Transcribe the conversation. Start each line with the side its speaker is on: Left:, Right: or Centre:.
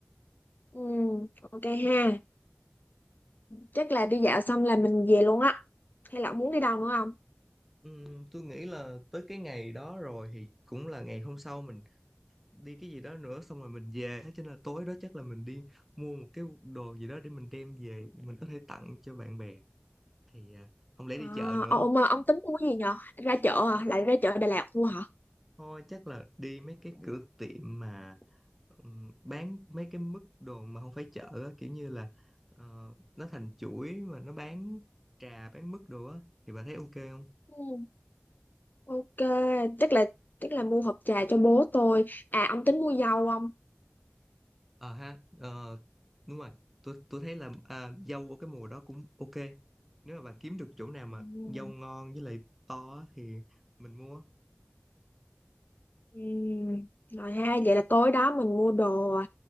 Left: ừ ok ha chắc là đi dạo xong là mình về luôn á hay là ông muốn đi đâu nữa không
Centre: Ừm, tôi nghĩ là tới cái ngày đó rồi thì cũng là ngày hôm sau mình đi cái gì đó nữa xong rồi mình về thế cho nên là tối đó chắc là mình đi mua một cái đồ gì đó để mình đem về mình có thể tặng cho bạn bè thì à, không lẽ
Left: à,
Centre: đi chợ nữa
Left: ờ, ông ông tính mua cái gì nhở ra chợ à lại ra chợ Đà Lạt mua hả
Centre: thôi chắc là đi mấy cái cửa tiệm mà ừm, bán mấy cái mức đồ mà không phải chợ á, kiểu như là ờ, nó thành chuỗi mà nó bán trà bán mức đồ á thì bà thấy ok không
Left: ừ. ok chắc là chắc là mua hộp trà cho bố tôi à ông tính mua dâu không
Centre: ờ ha ờ, đúng rồi tôi tôi thấy là à, dâu ở cái mùa đó cũng ok nếu mà bà kiếm được chỗ nào mà
Left: ừ.
Centre: dâu ngon với lại to á thì mình mua
Left: Ừ. rồi ha vậy là tối đó mình mua đồ